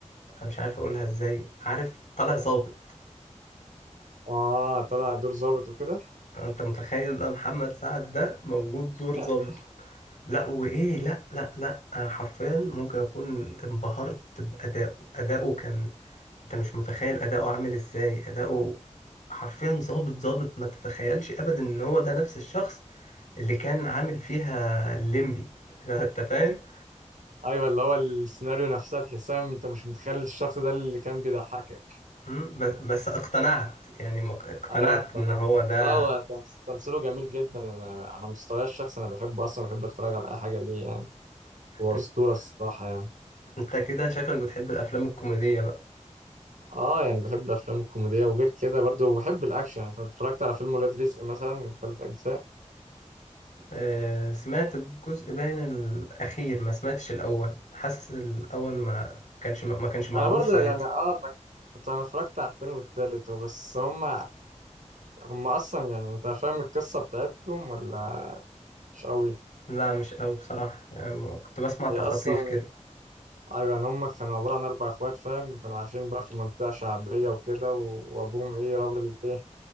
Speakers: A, on the left (about 75°); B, on the right (about 85°).
A: أنا مش عارف اقولها ازاي عارف طالع ظابط
B: اه طلع دور ظابط وكده
A: انت متخيل بقى محمد سعد ده موجود دور
B: <laughs>
A: ظابط لا وايه لا لا لا انا حرفيا ممكن اكون انبهرت بادائه اداؤه كان انت مش متخيل اداؤه عامل ازاي اداؤه حرفيا ظابط ظابط ما تتخيلش ابدا ان هو ده نفس الشخص اللي كان عامل فيها الليمبي <laughs> انت فاهم
B: ايوه اللي هو السيناريو نفسها تحسها م- انت مش متخيل الشخص ده اللي كان بيضحكك
A: مم، بس بس اقتنعت يعني ما- اقتنعت
B: ايوه اقتنعت
A: ان هو ده
B: لا هو كان تمثيله جميل جدا انا على مستواي الشخصي انا بحبه اصلا بحب اتفرج على اي حاجة ليه يعني هو
A: انت
B: أسطورة الصراحة يعني
A: أنت كده شكلك بتحب الافلام الكوميدية بقى.
B: اه يعني بحب الافلام الكوميديه وغير كده برضو بحب الاكشن انت اتفرجت على فيلم ولاد رزق مثلا ثلاث اجزاء
A: آه، سمعت الجزء باين الأخير ما سمعتش الأول حاسس الأول ما كانش ما كانش معروف
B: انا برضو
A: ساعتها
B: يعني اه ما كنت انا اتفرجت على التاني والتالت وبس هم هم اصلا يعني انت فاهم القصه بتاعتهم ولا مش قوي
A: لا مش قوي بصراحة يعني ما- كنت بسمع تخاطيف
B: هي اصلا
A: كده
B: ايوه يعني هم كانوا عباره عن اربع اخوات فاهم كانوا عايشين بقى في منطقه شعبيه وكده و- وابوهم ايه راجل ايه